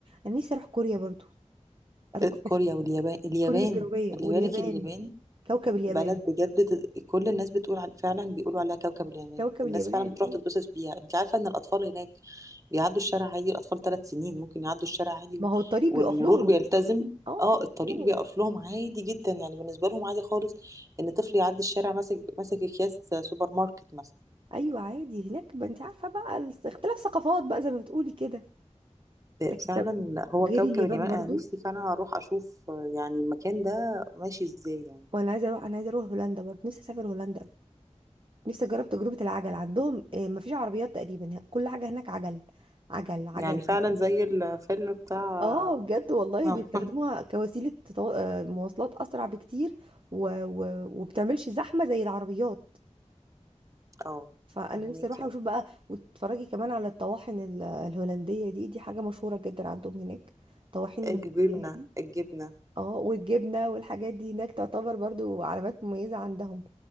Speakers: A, on the right; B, on the right.
A: انا نفسي اروح كوريا برضو اروح
B: إيه، كوريا
A: بس
B: واليابان اليابان
A: كوريا الجنوبيه
B: خلي
A: واليابان
B: بالك اليابان
A: كوكب اليابان
B: بلد بجد ت- كل الناس بتقول على فعلا بيقولوا عليها كوكب اليمن
A: كوكب
B: الناس
A: اليابان
B: فعلا
A: أيوة.
B: بتروح تتبسط بيها انت عارفه ان الاطفال هناك بيعدوا الشارع عادي الاطفال ثلاث سنين ممكن يعدوا الشارع عادي
A: ما
B: و-
A: هو الطريق
B: والمرور
A: بيقف لهم
B: بيلتزم
A: اه
B: اه
A: بيقف
B: الطريق
A: لهم
B: بيقف لهم عادي جدا يعني بالنسبه لهم عادي خالص ان طفل يعدي الشارع ماسك ماسك اكياس سوبر ماركت مثلا
A: ايوه عادي هناك ما انت عارفه بقى ال- اختلاف ثقافات بقى زي ما بتقولي كده
B: آه،
A: لكن
B: فعلا
A: طب
B: هو
A: غير
B: كوكب
A: اليابان
B: اليمن
A: برضو
B: انا نفسي فعلا اروح اشوف آه، يعني المكان ده ماشي ازاي يعني
A: وانا عايزه اروح انا عايزه اروح هولندا برضه نفسي اسافر هولندا نفسي اجرب تجربه العجل عندهم آه، ما فيش عربيات تقريبا ه- كل حاجه هناك عجل عجل عجل
B: يعني فعلا زي الفيلم بتاع
A: اه بجد والله
B: <laughs>
A: بيستخدموها كوسيله تطو... آه، مواصلات اسرع بكتير و... و... وبتعملش زحمه زي العربيات
B: اه
A: فانا
B: فهميك
A: نفسي اروح
B: يعني.
A: واشوف بقى وتتفرجي كمان على الطواحن ال- الهولنديه دي دي حاجه مشهوره جدا عندهم هناك الطواحين الهولنديه
B: الجبنة
A: دي
B: الجبنة
A: اه والجبنه والحاجات دي هناك تعتبر برضو علامات مميزه عندهم